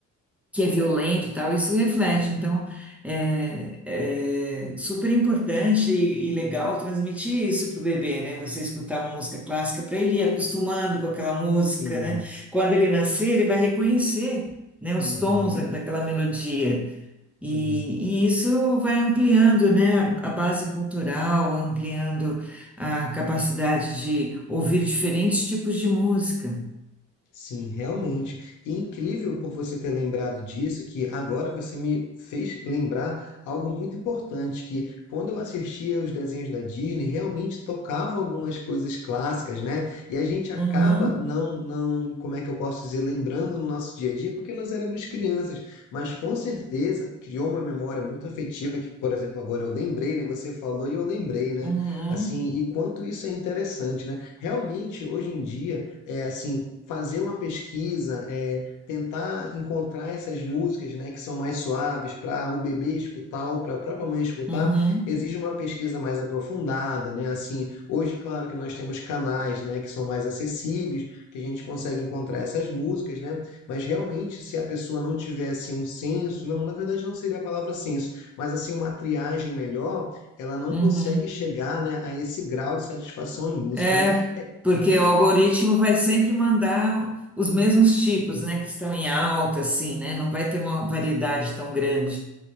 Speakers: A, in the centre; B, on the left.
A: que é violento e tal, isso reflete. Então, é, é super importante e, e legal transmitir isso pro bebê, né? Você escutar uma música clássica para ele ir acostumando com aquela música,
B: Sim.
A: né? Quando ele nascer, ele vai reconhecer, né, os
B: Uhum.
A: tons da- daquela melodia. E,
B: Sim,
A: e isso vai ampliando, né, a base cultural, ampliando a capacidade de ouvir diferentes tipos de música.
B: sim, realmente. E incrível por você ter lembrado disso, que agora você me fez lembrar algo muito importante, que quando eu assistia os desenhos da Disney, realmente tocava algumas coisas clássicas, né? E a gente acaba
A: Uhum,
B: não, não, como é que eu posso dizer, lembrando no nosso dia a dia, porque nós éramos crianças, mas com certeza criou uma memória muito afetiva, que, por exemplo, agora eu lembrei, né? Você falou e eu lembrei, né?
A: uhum,
B: Assim, e quanto isso é interessante, né? Realmente, hoje em dia, é assim, fazer uma pesquisa, é, tentar encontrar essas músicas, né, que são mais suaves para o bebê escutar ou para a própria mãe escutar,
A: uhum,
B: exige uma pesquisa mais aprofundada, né? Assim, hoje, claro que nós temos canais, né, que são mais acessíveis, que a gente consegue encontrar essas músicas, né? Mas realmente, se a pessoa não tivesse um senso, não, na verdade não seria a palavra senso, mas assim uma triagem melhor, ela não
A: uhum.
B: consegue chegar, né, a esse grau de satisfação em música,
A: É,
B: né? É,
A: porque
B: Eu vejo
A: o algoritmo
B: que
A: vai sempre mandar os mesmos tipos, né, que estão em alta, assim, né? Não vai ter uma variedade tão grande.